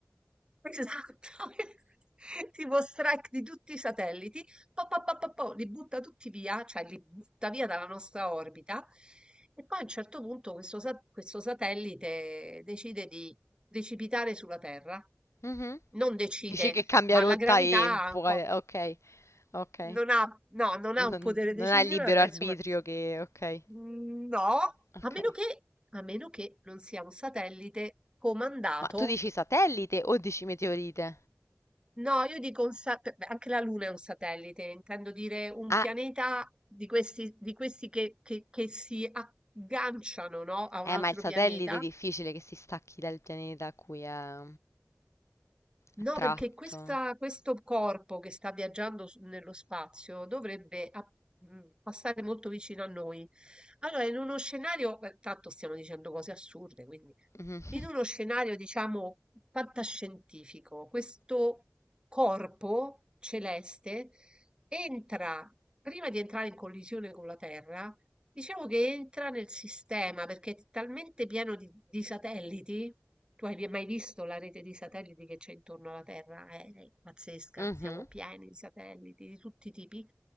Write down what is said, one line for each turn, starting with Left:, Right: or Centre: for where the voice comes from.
Right: esatto, <laughs> tipo strike di tutti i satelliti, po, po, po, po, po, li butta tutti via, cioè li butta via dalla nostra orbita. E poi a un certo punto questo, sa- questo satellite decide di precipitare sulla Terra.
Left: Mhm, mhm.
Right: Non decide,
Left: Dici che cambia
Right: ma
Left: rotta
Right: la gravità
Left: e
Right: ha
Left: vuole.
Right: un po'
Left: Ok, ok.
Right: non ha no, non ha
Left: Non,
Right: un potere
Left: non
Right: decisionale,
Left: hai libero
Right: ma
Left: arbitrio
Right: insomma
Left: che. Ok,
Right: mhmm, no,
Left: ok.
Right: a meno che a meno che non sia un satellite comandato
Left: Ma tu dici satellite o dici meteorite?
Right: no, io dico un sa p beh, anche la Luna è un satellite, intendo dire un
Left: Ah,
Right: pianeta di questi di questi che che che si agganciano, no, a un
Left: eh,
Right: altro
Left: ma il satellite
Right: pianeta
Left: è difficile che si stacchi dal pianeta a cui è
Right: No,
Left: attratto.
Right: perché questa- questo corpo che sta viaggiando su- nello spazio dovrebbe a- mh, passare molto vicino a noi. Allora, in uno scenario, eh, tanto stiamo dicendo cose assurde, quindi
Left: Mhm. <laughs>
Right: in uno scenario, diciamo, fantascientifico, questo corpo celeste entra, prima di entrare in collisione con la Terra, Diciamo che entra nel sistema perché è talmente pieno di, di satelliti. Tu hai mai visto la rete di satelliti che c'è intorno alla Terra? È, è pazzesca,
Left: Mhm.
Right: siamo pieni di satelliti di tutti i tipi.